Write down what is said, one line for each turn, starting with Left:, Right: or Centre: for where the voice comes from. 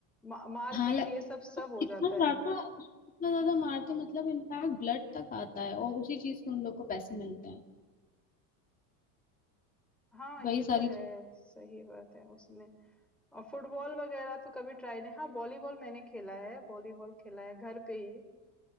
Centre: मा, मारपीट
Left: हाँ ल...
Centre: ये सब सब
Left: तो
Centre: हो
Left: कितना
Centre: जाता
Left: ज्यादा
Centre: है
Left: कितना ज्यादा मारते मतलब इनफैक्ट ब्लड तक आता है और उसी चीज को उन लोग को पैसे मिलते हैं
Centre: हाँ
Left: वही
Centre: ये
Left: सारी
Centre: तो है सही बात है उसमें और फुटबॉल वगैरह तो कभी ट्राई नहीं हाँ वॉलीबॉल मैंने खेला है वॉलीबॉल खेला है घर पे ही